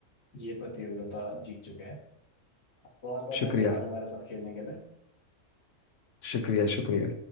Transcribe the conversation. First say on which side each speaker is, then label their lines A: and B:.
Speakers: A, on the left (about 55°); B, on the left (about 70°).
A: ये प्रतियोगिता जीत चुके हैं बहुत बहुत
B: शुक्रिया
A: धन्यवाद हमारे साथ खेलने के लिए
B: शुक्रिया शुक्रिया